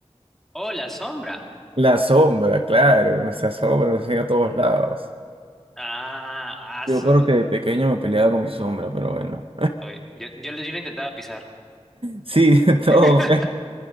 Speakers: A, in the centre; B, on the right.
A: Oh, la sombra.
B: La sombra, claro, nuestra sombra nos sigue a todos lados.
A: Ah, ah,
B: Yo
A: su.
B: creo que de pequeño
A: ah,
B: me peleaba con mi sombra, pero bueno.
A: oye, yo, yo, lo- yo lo intentaba pisar.
B: Sí, <laughs> todo.
A: <laughs>